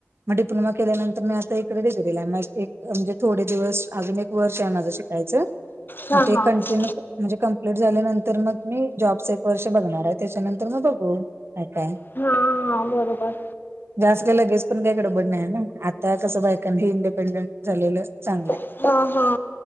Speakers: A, on the right; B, on the left.
A: मग डिप्लोमा केल्यानंतर मी आता इकडे डिग्रीला आहे. म एक म्हणजे थोडे दिवस अजून एक वर्ष आहे माझ शि यच मग
B: हा हा
A: ते
B: हा
A: कंटिन्यू म्हणजे कंप्लीट झाल्यानंतर तर मग मी जॉबच एक वर्ष बघणार आहे. त्याच्यानंतर मग बघू काय काय.
B: हा हा बरोबर.
A: जास्त काय लगेच पण काही गडबड नाही ना. आता कस बायकांना इंडिपेंडेंट झालेलं चांगलं
B: हा
A: आहे.
B: हा